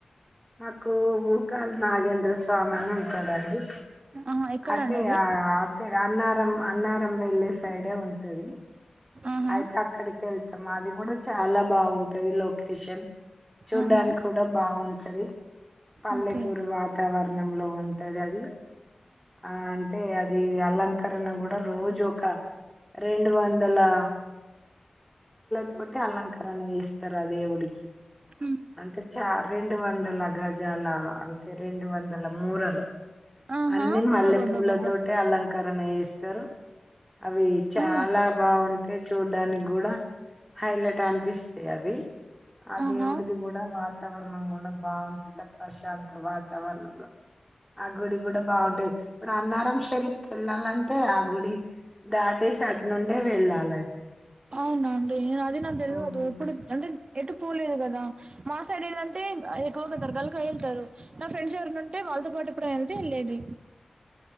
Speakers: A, in the centre; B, on the right.
A: మాకు భూకాళ నాగేంద్ర స్వామి అని ఉంటాదండి
B: ఆహా ఎక్కడండి
A: అటే
B: అది
A: అ అటే అన్నారం అన్నారం వెల్లే సైడే ఉంటది
B: ఆహా
A: అయితే అక్కడికి వెళ్తాము అది కూడా చాలా బాగుంటది లొకేషన్ చూడ్డానికి
B: ఆహా
A: కూడా బాగుంటది పల్లెటూరు
B: ఓకే
A: వాతావరణంలో ఉంటది అది ఆ అంటే అది అలంకరణ కూడా రోజు ఒక రెండు వందలా తోటి అలంకరణ చేస్తారు ఆ దేవుడికి
B: హ్మ్.
A: అంటే చా రెండు వందల గజాల అంటే రెండు వందల మూరలు
B: ఆహా
A: అన్ని మల్లె
B: బాబా
A: పూల
B: బాబా బా
A: తోటి అలంకరణ వేస్త స్తారు అవి చాలా
B: ఆ
A: బాగుంటా అంటే చూడ్డానికి కూడా హైలైట్ అనిపిస్తాయి అవి ఆ
B: ఆహా
A: దేవుడిది కూడా వాతావరణం కూడా బాగుంటది ప్రశాంత వాత వరణంలో ఆ గుడి కూడా బాగుంటది ఇప్పుడు అన్నారం షెరీకి వెళ్ళాలంటే ఆ గుడి దాటేసి అటు నుండే వెళ్ళాలి
B: అవున అండి అది నాకు తెలివదు
A: ఉమ్.
B: ఇప్పుడు అంటే ఎటు పోలేదు కదా మా సైడ్ ఏళ్దంటే ఎక్కువ కతారు దర్గా కే వెళ్తారు నా ఫ్రెండ్స్ ఎవరిన ఉంటే వాళ్లతో పాటు ఎప్పుడైనా వెళ్తే వెళ్లేది